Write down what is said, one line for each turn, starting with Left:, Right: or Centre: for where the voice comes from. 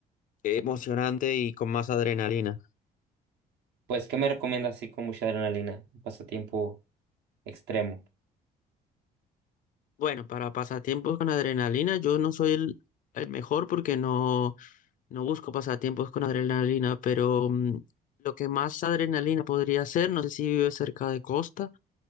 Left: emocionante y con más adrenalina.
Right: Pues, ¿qué me recomiendas así con mucha adrenalina? Un pasatiempo extremo.
Left: Bueno, para pasatiempos con adrenalina, yo no soy el, el mejor porque no, no busco pasatiempos con adrenalina, pero mm, lo que más adrenalina podría ser, no sé si vives cerca de costa.